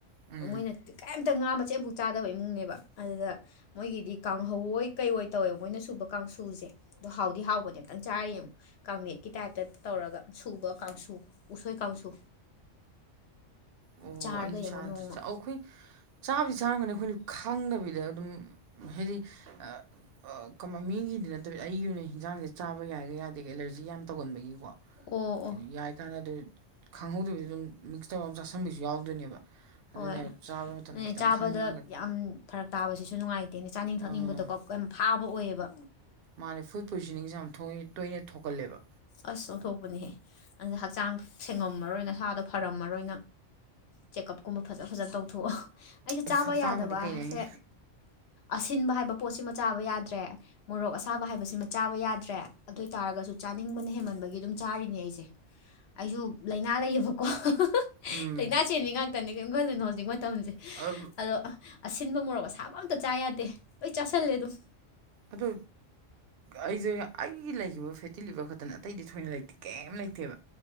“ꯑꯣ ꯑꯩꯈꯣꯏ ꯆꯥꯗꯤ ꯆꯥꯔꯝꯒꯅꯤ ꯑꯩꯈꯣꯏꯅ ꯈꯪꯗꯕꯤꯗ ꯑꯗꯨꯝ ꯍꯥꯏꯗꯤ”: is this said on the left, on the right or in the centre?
Right